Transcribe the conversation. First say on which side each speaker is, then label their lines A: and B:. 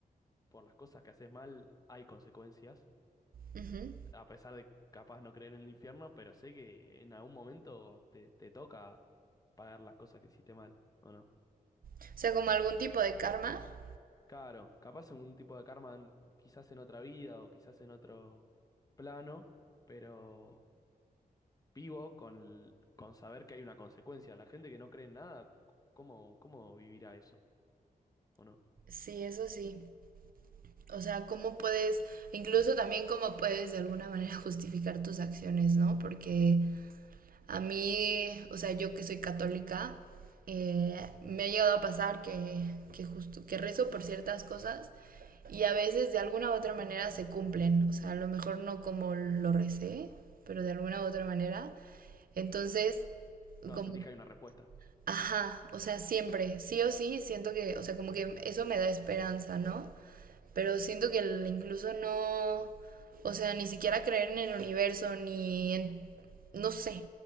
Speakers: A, on the left; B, on the right.
A: por las cosas que haces mal hay consecuencias,
B: Ujú.
A: a pesar de capaz no creer en el infierno, pero sé que en algún momento te, te toca pagar las cosas que hiciste mal, ¿o no?
B: O sea, como algún tipo de karma.
A: Claro, capaz en un tipo de karma, en- quizás en otra vida o quizás en otro plano, pero... vivo con, con saber que hay una consecuencia. La gente que no cree en nada, ¿cómo, cómo vivirá eso? ¿O no?
B: Sí, eso sí. O sea, cómo puedes, incluso también cómo puedes de alguna manera <laughs> justificar tus acciones, ¿no? Porque A mí, o sea, yo que soy católica, eh, me ha llegado a pasar que, que, justo, que rezo por ciertas cosas y a veces de alguna u otra manera se cumplen. O sea, a lo mejor no como lo recé, pero de alguna u otra manera. Entonces,
A: Claro,
B: como,
A: sentís que hay una respuesta.
B: ajá, o sea, siempre, sí o sí, siento que, o sea, como que eso me da esperanza, ¿no? pero siento que incluso no, o sea, ni siquiera creer en el universo, ni en, no sé,